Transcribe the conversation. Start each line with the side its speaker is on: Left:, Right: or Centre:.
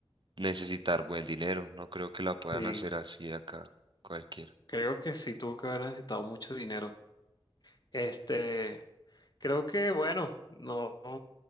Right: necesitar buen dinero, no creo que la puedan
Left: Sí,
Right: hacer así acá cualquiera.
Left: creo que sí tuvo que haber necesitado mucho dinero. Este, creo que, bueno, no.